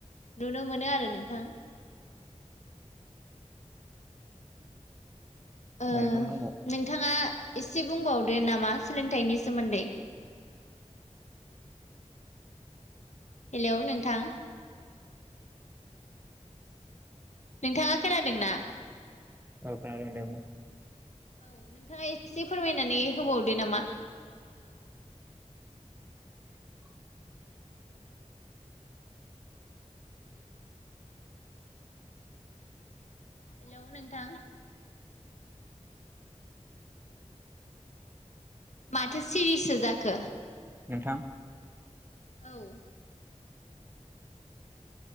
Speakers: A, on the left; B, on the right.
A: नुनो मोनो आरो नोंथां। ओ
B: नोंथां बुंबाव
A: नोंथाङा एसे बुंबावदो नामा सोलोंथाइनि सोमोन्दै हेलौ नोंथां नोंथाङा खोनादों ना?
B: औ खोनादों दे बुं
A: औ नोंथाङा एसे फोरमायनानै होबावदो नामा? हेल' नोंथां माथो सिरिसो जाखो?
B: नोंथां
A: औ